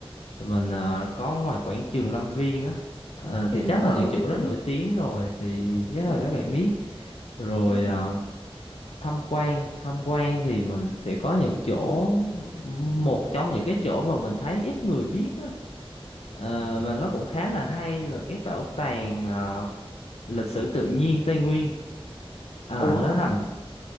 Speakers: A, on the left; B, on the left.
A: mình ờ, có ngoài quảng trường Lâm Viên á Ờ, thì
B: hiểu
A: chắc
B: ờ
A: là những
B: ờ
A: chỗ
B: biết
A: đó
B: biết
A: nổi
B: biết
A: tiếng rồi thì chắc là
B: đúng
A: các
B: rồi
A: bạn
B: đúng
A: biết rồi
B: Ừ.
A: ờ, tham quan tham quan thì mình sẽ có những chỗ một trong những cái chỗ mà mình thấy ít người biết á Ờ, mà nó cũng khá là hay là cái bảo tàng ờ, lịch sử tự nhiên Tây Nguyên à,
B: Ủa?
A: nó nằm